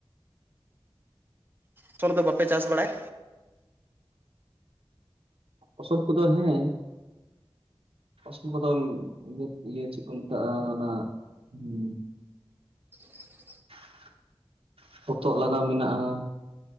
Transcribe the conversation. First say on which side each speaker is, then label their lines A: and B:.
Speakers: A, on the right (about 20°); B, on the right (about 70°).
A: <unintelligible> ᱫᱚ ᱵᱟᱯᱮ ᱪᱟᱥ ᱵᱟᱲᱟᱭᱟ᱿
B: ᱯᱚᱥᱚᱵ ᱠᱚᱫᱚ ᱦᱮᱸ ᱯᱷᱚᱥᱚᱞ ᱠᱚᱫᱚ ᱤᱭᱟᱹ ᱪᱮᱫ ᱠᱚ ᱢᱮᱛᱟᱜᱼᱟ ᱚᱱᱟ ᱦᱩᱸ
A: <unintelligible>
B: <unintelligible> ᱦᱚᱛᱚᱫ ᱞᱟᱜᱟᱣ ᱢᱮᱱᱟᱜᱼᱟ᱾